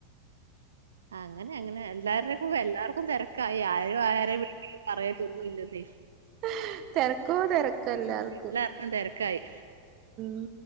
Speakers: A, on the right; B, on the right.
A: അങ്ങനെ അങ്ങനെ എല്ലാവരുടെക്കും എല്ലാർക്കും തെരക്ക- ക്കായി ആരും ആരെയും വിളിക്കലും പറയലു ഒന്നുല്ലെന്നേ
B: ഹ് തെരക്കോടെരക്കെല്ലർക്കും
A: എല്ലാവക്കും തെരക്കായി
B: ഉം